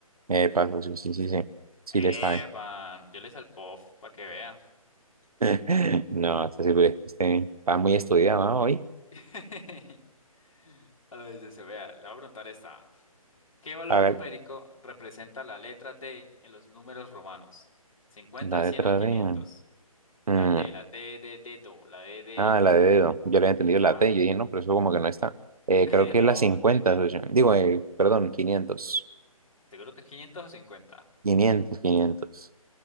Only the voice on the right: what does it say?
Eh, paso, sí, sí, sí, sí. Sí
le sabe.
<laughs> No, está, sí, pues, este, está muy estudiado, ¿no? Hoy.
A ver,
la
letra
de... mm,
ah, la de dedo. Yo le he entendido
la T. Yo dije, no, pero eso como que no está.
Eh,
creo que
es la cincuenta.
socio. Digo, eh, perdón, 500,
500, 500.